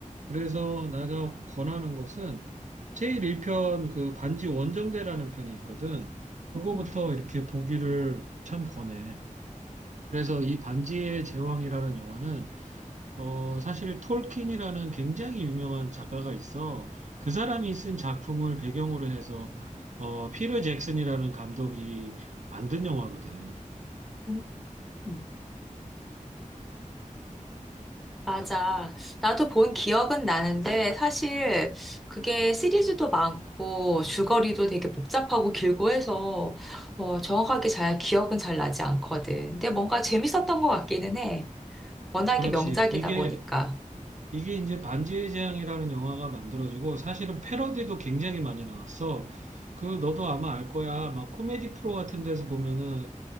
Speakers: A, on the right (about 60°); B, in the centre.
A: 그래서 내가 권하는 것은 제일 1편 그 반지 원정대라는 편이 있거든. 그거부터
B: 음,
A: 이렇게 보기를 참 권해. 그래서 이 반지의 제왕이라는 영화는 어, 사실 톨킨이라는 굉장히 유명한 작가가 있어. 그 사람이 쓴 작품을 배경으로 해서 어, 피터 잭슨이라는 감독이 만든 영화거든.
B: 음, 음. 맞아. 나도 본 기억은 나는데 사실 그게 시리즈도 많고 줄거리도 되게 복잡하고 길고 해서 어, 정확하게 잘 기억은 잘 나지 않거든. 근데 뭔가 재밌었던 것 같기는 해. 워낙에
A: 그렇지.
B: 명작이다
A: 이게
B: 보니까.
A: 이게 이제 반지의 제왕이라는 영화가 만들어지고 사실은 패러디도 굉장히 많이 나왔어. 그 너도 아마 알 거야. 막 코미디 프로 같은 데서 보면은